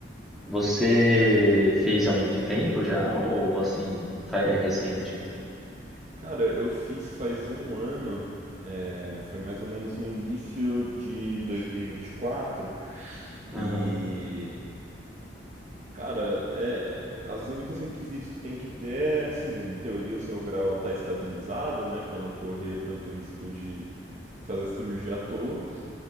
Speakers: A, in the centre; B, on the right.
A: você fez há muito tempo já, ou assim, fa- é recente?
B: Cara, eu fiz faz um ano, é, foi mais ou menos no início de 2024, e. vinte e
A: Aham.
B: quatro, e. Cara, é, os únicos requisitos que tem que ter é, assim, em teoria o seu grau tá estabilizado, né, Pra não correr tanto risco de fazer cirurgia à toa.